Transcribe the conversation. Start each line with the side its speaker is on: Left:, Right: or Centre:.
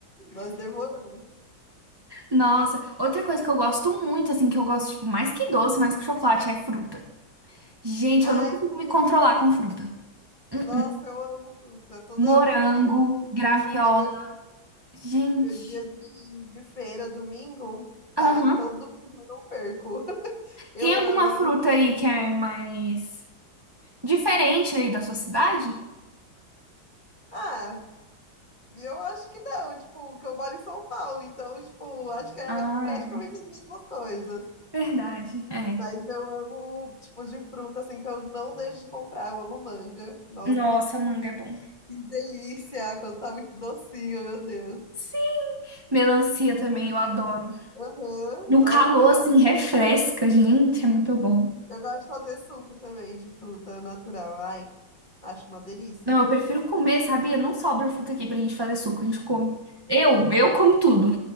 Left: Nós devoramos.
Right: Nossa, outra coisa que eu gosto muito, assim, que eu gosto, tipo, mais que doce, mais que chocolate, é fruta. Gente,
Left: Ai,
Right: eu não consigo
Left: eu tô...
Right: me controlar com fruta. Hum,
Left: Nossa, eu amo fruta. Todo,
Right: hum. Morango,
Left: todo domingo
Right: graviola.
Left: é meu,
Right: Gente.
Left: meu dia de, de feira, domingo.
Right: Aham.
Left: Acho que todo domingo eu não perco. Eu
Right: Tem alguma
Left: amo, amo.
Right: fruta aí que é mais diferente aí da sua cidade?
Left: Ah, eu acho que não, tipo, que eu moro em São Paulo, então, tipo, acho que é
Right: Ah,
Left: praticamente
Right: é.
Left: as mesmas coisas.
Right: Verdade. É.
Left: Mas eu amo, tipo, de fruta, assim, que eu não deixo de comprar. Eu amo manga. Nossa,
Right: Nossa, manga é bom.
Left: que delícia, quando tá muito docinho, meu Deus.
Right: Sim. Melancia também,
Left: Muito
Right: eu adoro.
Left: Bom. Aham,
Right: No
Left: Nossa,
Right: calor,
Left: eu
Right: assim,
Left: amo.
Right: refresca, gente, é muito bom.
Left: Eu gosto de fazer suco também de fruta natural. Ai, acho uma delícia.
Right: Não, eu prefiro comer, sabia? Não sobra fruta aqui pra gente fazer suco, a gente come. Eu, eu como tudo.